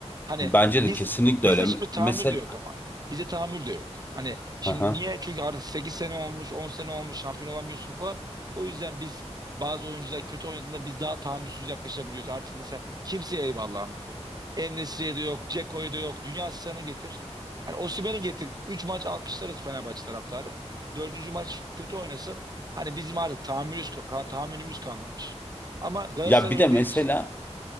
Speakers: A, on the right; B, on the left.
A: Hani
B: Bence
A: biz
B: de kesinlikle
A: bizde
B: öyle.
A: şimdi tahammül
B: Mesela
A: de yok ama. Bizde tahammül de yok. Hani şimdi
B: hı hı.
A: niye? Çünkü artık 8 sene olmuş, 10 sene olmuş, şampiyon olamıyorsun falan. O yüzden biz bazı oyuncular kötü oynadığında biz daha tahammülsüz yaklaşabiliyoruz. Artık mesela kimseye eyvallahımız yok. En-Nesyri'ye de yok, Dzeko'ya da yok. Dünya asistanı getir. Hani Osimhen'i getir. 3 maç alkışlarız Fenerbahçe taraftarı. Dördüncü maç kötü oynasın. Hani bizim artık tahammülümüz, tahammülümüz kalmamış. Ama Galatasaray
B: Ya bir
A: öyle
B: de mesela
A: değil işte.